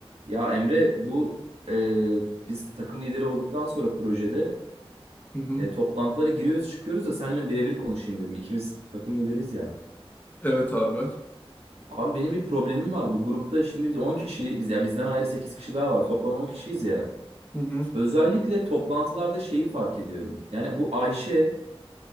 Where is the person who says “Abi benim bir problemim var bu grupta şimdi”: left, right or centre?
Right